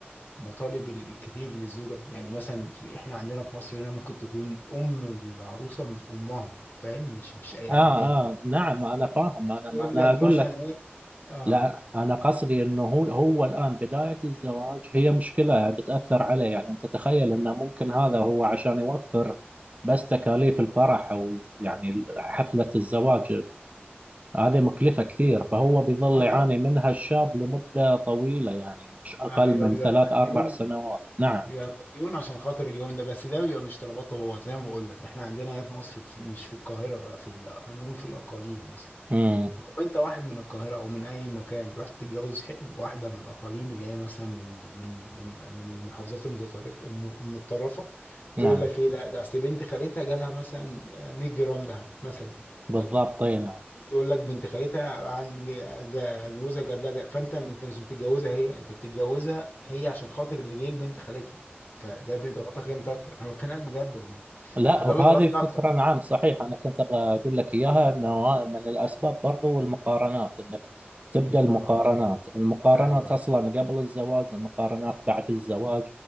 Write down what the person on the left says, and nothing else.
مطالب الكتير للزوجة يعني مثلا في احنا عندنا في مصر هنا ممكن تكون ام العروسة مش امها فاهم مش مش اي
حد تاني
بتقول
لك
مثلا ايه اه
اه طبعا
ايوه
بيبقى
مديون
بيبقى مديون عشان خاطر اليوم ده بس ده بيبقى مش طلباته هو زي ما بقول لك احنا عندنا هنا في مصر في مش في القاهرة بقى في ال- هنقول في الأقاليم مثلا
لو انت واحد من القاهرة او من اي مكان رحت تتجوز ح- واحدة من الأقاليم اللي هي مثلا من من من من المحافظات المتطرفة الم- المتطرفة
تقول لك ايه لا ده اصل بنت خالتها جالها مثلا 100 جرام دهب مثلا
طب
بتقول لك بنت خالتها عند جا- جا- جوزها جاب لها جا- فانت انت مش بتتجوزها هي انت بتتجوزها هي عشان خاطر اللي جاي لبنت خالتها فده بيضغطك انت اكتر انا بكلمك بجد والله
فده
بيضغطك اكتر
مقارنة
ايوه